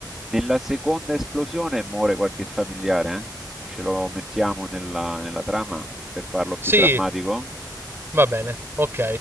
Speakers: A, in the centre; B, on the right.
A: Nella seconda esplosione muore qualche familiare, eh? Ce lo mettiamo nella, nella trama per farlo più
B: sì,
A: drammatico?
B: va bene, ok.